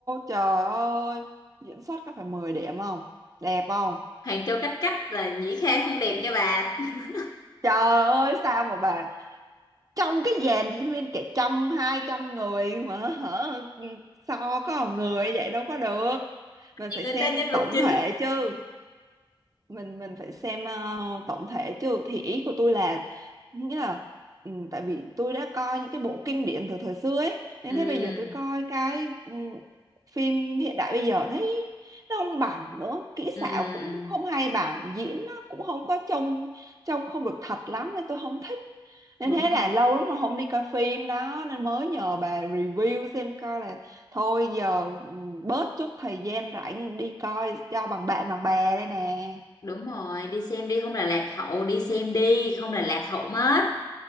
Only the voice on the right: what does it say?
trời ơi diễn xuất có phải 10 điểm không đẹp không
trời ơi sao mà bà trong cái dàn diễn viên cả trăm hai trăm người mà hả ừ, so có một người vậy đâu có được mình
phải
xem
tổng
thể chứ mình mình phải xem ờ, tổng thể chứ thì ý của tôi là nghĩa là ừ, tại vì tôi đã coi những cái bộ kinh điển từ thời xưa ấy nên
thế bây giờ tôi coi cái ừ, phim hiện đại bây giờ thấy nó không bằng nữa kỹ
xảo cũng không hay bằng diễn nó cũng không có trông trông không được thật lắm nên tôi không thích nên
thế
là lâu lắm mà không đi coi phim đó nên mới nhờ bà review xem coi là thôi giờ ừ, bớt chút thời gian rảnh đi coi cho bằng bạn bằng bè đây nè